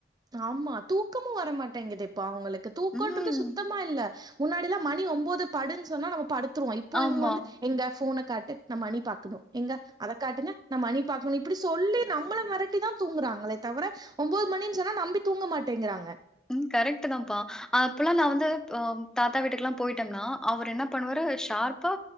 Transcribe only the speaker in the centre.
ம்.
ஆமா.
ம் கரெக்ட்டு தான்ப்பா அப்பல்லா நா வந்து பம் தாத்தா வீட்டுக்கெல்லா போயிட்டேம்னா அவர் என்ன பண்ணுவாரு ஷார்பா